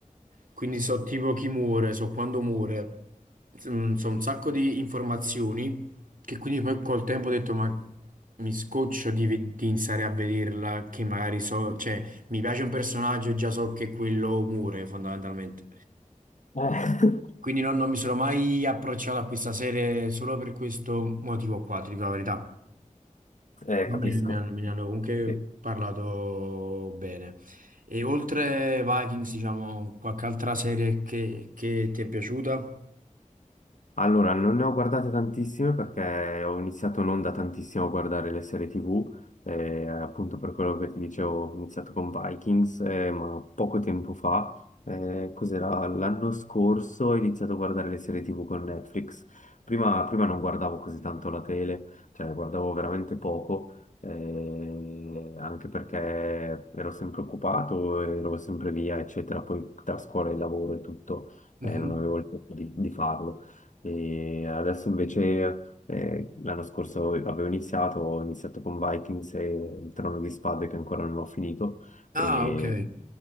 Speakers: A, on the right (about 85°); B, on the left (about 65°).
A: quindi so tipo chi muore, so quando muore, Mm, so un sacco di informazioni che quindi poi col tempo ho detto ma mi scoccio di, ve- di iniziare a vederla, che magari so, cioè... Mi piace un personaggio e già so che quello muore fondamentalmente.
B: Eh. <laughs>
A: Quindi non, non mi sono mai approcciato a questa serie solo per questo motivo qua, ti dico la verità.
B: Eh,
A: Me,
B: capisco.
A: me ne hanno me ne hanno comunque
B: Sì.
A: parlato bene. E oltre Vikings, diciamo, qualche altra serie che, che ti è piaciuta?
B: Allora, non ne ho guardate tantissime perché ho iniziato non da tantissimo a guardare le serie TV, eh, appunto per quello che ti dicevo, ho iniziato con Vikings, eh, ma poco tempo fa, eh, cos'era? L'anno scorso ho iniziato a guardare le serie TV con Netflix. Prima, prima non guardavo così tanto la tele, cioè guardavo veramente poco, eh, anche perché ero sempre occupato, ero sempre via, eccetera, poi tra scuola e lavoro e tutto,
A: Mhm.
B: eh, non avevo il tempo di di farlo. E adesso invece eh, l'anno scorso avevo iniziato, ho iniziato con Vikings e il Trono di Spade che ancora non ho finito
A: Ah,
B: e
A: ok.